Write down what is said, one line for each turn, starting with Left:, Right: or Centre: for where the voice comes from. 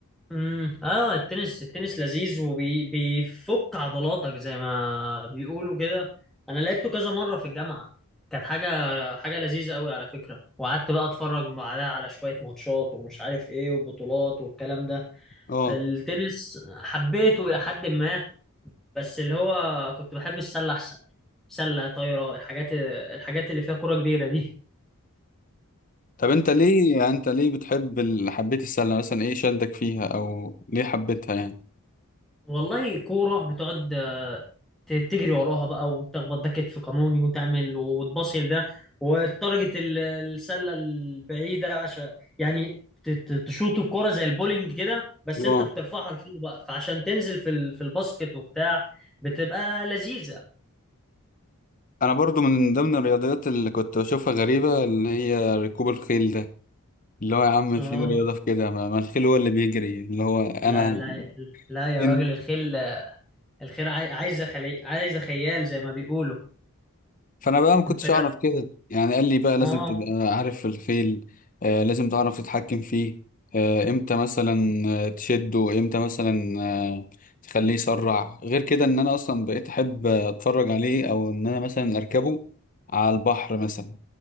Centre: امم اه التنس التنس لذيذ وبيفك عضلاتك زي ما بيقولوا كده انا لعبته كذا مرة في الجامعة كانت حاجة حاجة لذيذة قوي على فكرة وقعدت بقى اتفرج بعدها على شوية ماتشات ومش عارف ايه وبطولات والكلام ده
Left: اه
Centre: التنس حبيته الى حد ما بس اللي هو كنت بحب السله احسن سله طايره الحاجات الحاجات اللي فيها كوره كبيره دي
Left: طب انت ليه يعني انت ليه بتحب ال- حبيت السلة مثلا ايه شدك فيها او ليه حبيتها يعني
Centre: والله كوره بتقعد ت- تجري وراها بقى وتخبط ده كتف قانوني وتعمل وتباصي ده والتارجت ال- السله البعيده عشان يعني ت- ت- تشوط الكوره زي البولينج كده بس انت
Left: اه
Centre: بترفعها لفوق بقى فعشان تنزل في ال- في الباسكت وبتاع بتبقى لذيذه
Left: انا برضو من ضمن الرياضيات اللي كنت بشوفها غريبة اللي هي ركوب الخيل ده اللي هو يا عم
Centre: اه
Left: فين رياضة في كده ما ما الخيل هو اللي بيجري اللي هو انا
Centre: لا لا لا يا
Left: فين
Centre: راجل الخيل الخيل عاي- عايزه خلي عايزه خيال زي ما بيقولوا
Left: فانا بقى ما كنتش
Centre: انت
Left: اعرف كده يعني قال لي بقى لازم
Centre: اه
Left: تبقى عارف الخيل آه لازم تعرف تتحكم فيه آه امتى مثلا آه، تشده امتى مثلا آه تخليه يسرع غير كده ان انا اصلا بقيت احب اتفرج عليه او ان انا مثلا اركبه على البحر مثلا